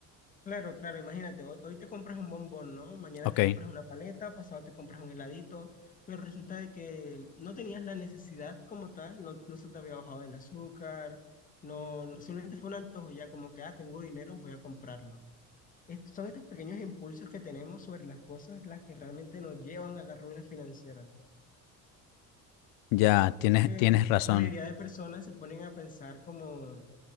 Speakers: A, on the left; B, on the left.
A: Claro, claro, imagínate, hoy, hoy te compras un bombón, ¿no? Mañana
B: Ok,
A: te compras una paleta, pasado te compras un heladito, pero resulta de que no tenías la necesidad como tal, no, no se te había bajado el azúcar, no, no- simplemente fue un antojo ya como que, ah, tengo dinero, voy a comprarlo. Est- son estos pequeños impulsos que tenemos sobre las cosas las que realmente nos llevan a la ruina financiera.
B: ya, tienes,
A: Es que
B: tienes razón.
A: la mayoría de personas se ponen a pensar como